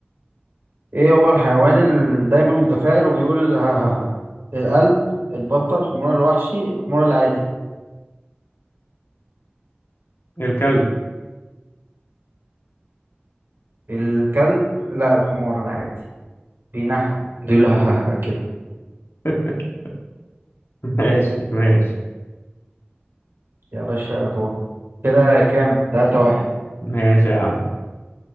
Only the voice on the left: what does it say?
الكلب
<laughs> <laughs> ماشي ماشي
ماشي يا عم